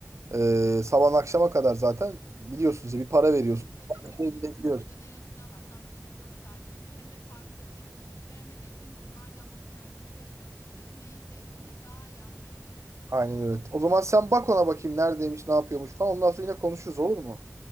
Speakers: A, on the right (about 65°); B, on the left (about 65°).
A: Eee sabah akşama kadar zaten biliyorsunuz ya, bir para veriyorsun.
B: Tabii tabii.
A: Şey
B: Bir
A: bile biliyorsun.
B: orada neresinden baksan bir üç dört saat geçer. Hem de farklı etkinlikler hem de dediğin gibi madem bu kendini keşfetme süreci neyi sevdiğini daha iyi anlayabilir.
A: Aynen öyle. O zaman sen bak ona bakayım neredeymiş, ne yapıyormuş falan. Ondan sonra yine konuşuruz olur mu?